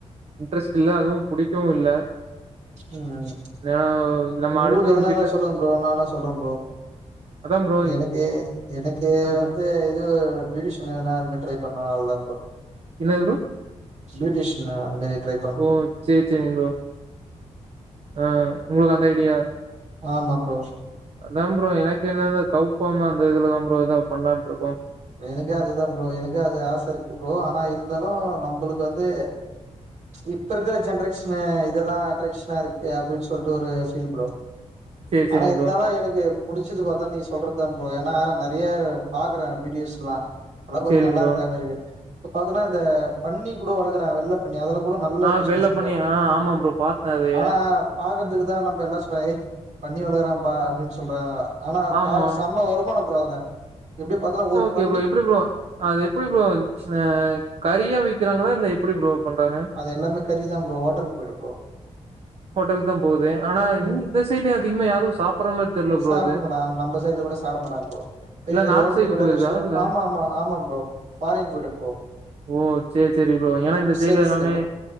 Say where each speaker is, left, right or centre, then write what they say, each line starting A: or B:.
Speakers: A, on the right (about 60°); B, on the right (about 75°).
A: இன்ட்ரெஸ்ட் இல்ல அதுவு புடிக்கவு இல்ல
B: ம்ம்
A: ஏன்னா நம்ம
B: உங்களுக்கு
A: அடுத்தவங்க
B: எதனா இருந்தா
A: கிட்ட
B: சொல்லுங்க ப்ரோ நானா சொல்றே ப்ரோ
A: அதா ப்ரோ
B: எனக்கு எனக்கு
A: ஆ
B: வந்து
A: சொல்லுங்க
B: இது ப்யூட்டிஷன் எதுனா அது மாரி ட்ரை பண்ணு அவ்ளதா ப்ரோ
A: என்னது ப்ரோ
B: பியூட்டிஷியன் நா அது மாரி ட்ரைப்
A: ஓ சேரி சேரிங்க ப்ரோ ஆ உங்களுக்கு அந்த ஐடியா
B: ஆமா ப்ரோ
A: அதா ப்ரோ எனக்கு என்னெனா கவ்ஃபார்ம் அந்த இதுலதா ப்ரோ எதா பண்லான்ருக்கு
B: எனக்கே அதுதா ப்ரோ எனக்கு அது ஆச இருக்கு ப்ரோ ஆனா இருந்தாலு நம்பளுக்கு வந்து இப்ப இருக்கிற ஜென்ரேஷனு இததா அட்ரேக்ஷனா இருக்கு அப்டின் சொல்ட்டு ஒரு ஃபீல் ப்ரோ
A: சேரி சேரிங்
B: ஆனா இருந்தாலு
A: ப்ரோ
B: எனுக்கு புடிச்சது பாத்தா நீங் சொல்றது தா ப்ரோ ஏனா நெறைய பாக்கறே வீடியோஸ்லா அல்லா கொஞ்ச
A: சேரிங்
B: நல்லா
A: ப்ரோ
B: இருக்கலாமே இருக்கு இப்ப பாத்தனா இந்த பண்ணி கூட வளக்குறாங்க வெள்ள பண்ணி அதுல கூட நல்ல
A: ஆ
B: பிஸ்னஸ்
A: வெள்ள
B: ப்ரோ
A: பண்ணி ஆ ஆமா ப்ரோ பாத்தே அதய
B: ஆனா பாக்கறதுக்கு தா நம்ப எல்லா சொல்ற ஏய் பன்னி வளக்கறாம்பா அப்டின் சொல்றாங்க ஆனா
A: ஆமா
B: பா செம்ம வருமானோ ப்ரோ அதுல எப்டியோ பாத்தனா ஒரு பன்னி
A: கே <unintelligible> எப்டி ப்ரோ அது எப்டி
B: ஓ,
A: ப்ரோ அ கறியா விக்கிறாங்களா இல்ல எப்டி ப்ரோ பண்றாங்க
B: அது எல்லாமே கறிதா ப்ரோ ஓட்டலுக்கு போய்டு ப்ரோ
A: ஹோட்டல் தம் போது ஆனா
B: ம்
A: இங் இந்த சைட்ல அதிகமா யாரு சாப்பற மாரி தெர்ல ப்ரோ
B: சாப்ட
A: அது
B: மாட்டா அவ நம்ம சைட்ல கூட சாப்ட மாட்டா ப்ரோ பெரிய
A: இல்ல
B: பெரிய
A: நார்த்
B: ஹோட்டல்க்கு
A: சைடு
B: போய்டு
A: போயிருதா
B: ரெஸ்டனம்
A: இல்ல
B: ஆமா ஆமா ஆமா ப்ரோ ஃபாரின் போய்டு ப்ரோ
A: ஓ செரி செரி ப்ரோ ஏனா
B: ஆமா
A: இந்த சைட்ல
B: சேல்ஸ்ல
A: எல்லாமே
B: கூட